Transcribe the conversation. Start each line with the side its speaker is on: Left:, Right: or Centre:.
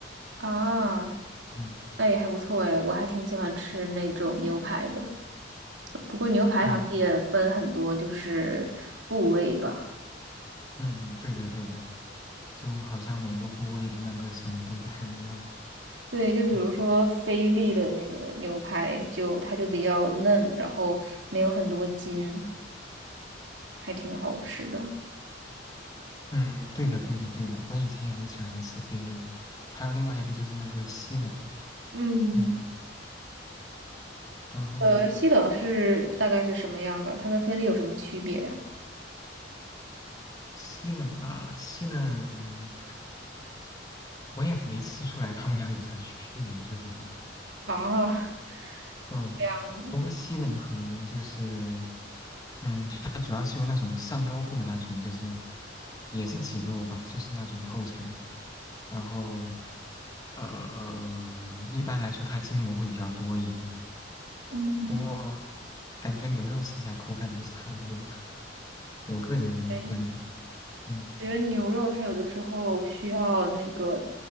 Right: 啊，
Left: 嗯
Right: 那也还不错诶，我还挺喜欢吃那种牛排的。不过牛排好像也分很多，
Left: 嗯
Right: 就是部位吧。
Left: 嗯，对的对的，就好像每个部位的那个什么都不太一样，
Right: 对，就比如说菲力的那个牛排，
Left: 嗯
Right: 就它就比较嫩，然后没有很多筋，还挺好吃的。
Left: 嗯，对的对的对的，我以前也很喜欢吃菲力，还有另外一个就是那个西冷，
Right: 嗯，
Left: 嗯，然后
Right: 呃，西冷是大概是什么样的？它跟菲力有什么区别呀？
Left: 西冷啊西冷，我也没吃出来他们俩有啥区别，说实话，
Right: 啊，<laughs>
Left: 嗯，
Right: 这样子，
Left: 不过西冷可能就是。嗯，它主要是由那种上腰部的那种，就是也是肌肉吧，就是那种构成的。然后呃，一般来说它筋膜会比较多一点，
Right: 嗯，
Left: 不过感觉牛肉吃起来口感都差不多吧，我个人观点。
Right: 对。
Left: 嗯，
Right: 觉得牛肉它有的时候需要那个